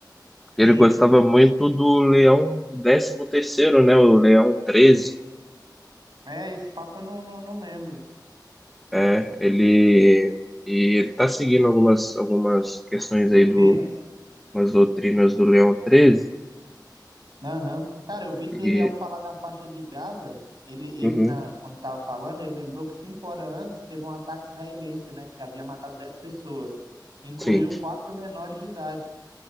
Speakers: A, in the centre; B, on the right.
A: porque
B: Sim,
A: ele gostava muito do Leão décimo terceiro né? O Leão treze
B: é, esse papo eu não, não, não lembro.
A: É, ele, e ele tá seguindo algumas, algumas questões
B: Doutrinas?
A: aí do, umas doutrinas do Leão treze
B: Aham. Cara, eu vi que ele,
A: E,
B: ao falar da faixa de Gaza, ele, ele
A: uhum,
B: na, quando tava falando, ele lembrou que cinco horas antes teve um ataque israelense, né, que havia matado dez pessoas, incluiu
A: sim,
B: quatro menores de idade.